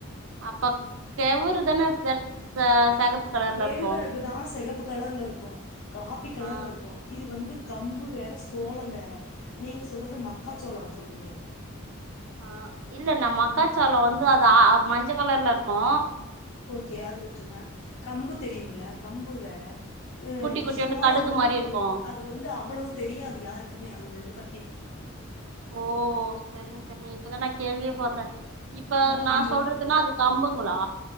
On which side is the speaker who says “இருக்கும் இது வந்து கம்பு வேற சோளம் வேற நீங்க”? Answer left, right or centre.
Left